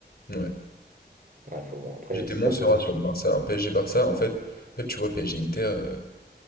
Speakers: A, on the left (about 60°); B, on the right (about 50°).
A: Ouais.
B: Ouais, faut voir. Après,
A: J'étais
B: il y a le stress
A: moins serein
B: de la... f-
A: sur le Barça, un PSG Barça. En fait, en fait, tu vois, PSG Inter, euh,